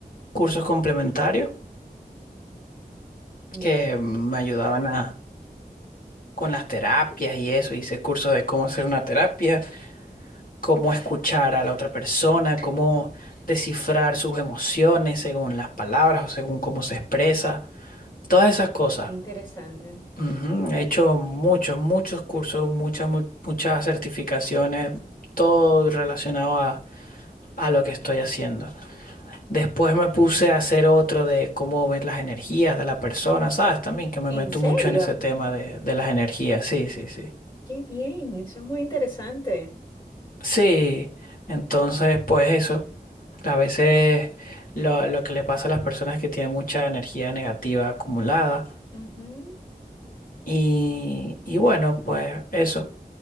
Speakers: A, on the left; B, on the left.
A: cursos complementarios
B: Ya,
A: que me ayudaban a, con las terapias y eso. Hice cursos de cómo hacer una terapia, cómo escuchar a la otra persona, cómo descifrar sus emociones según las palabras o según cómo se expresa. Todas esas cosas.
B: qué interesante.
A: Ujú, He hecho muchos, muchos cursos, muchas, mu- muchas certificaciones, todo relacionado a, a lo que estoy haciendo. Después me puse a hacer otro de cómo ver las energías de la persona, ¿sabes? También que me
B: ¿En
A: meto
B: serio?
A: mucho en ese tema de, de las energías, sí, sí, sí.
B: Qué bien, eso es muy interesante.
A: Sí, entonces pues eso, a veces lo, lo que le pasa a las personas es que tienen mucha energía negativa acumulada
B: Ujú,
A: y, y bueno, pues eso,